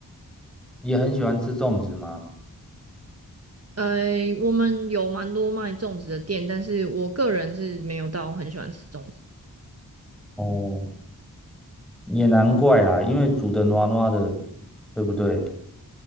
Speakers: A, in the centre; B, on the right.
A: 也很喜欢吃粽子吗？
B: 呃，我们有蛮多卖粽子的店，但是我个人是没有到很喜欢吃粽子。
A: 哦，也难怪啦，因为煮的糯糯的，对不对？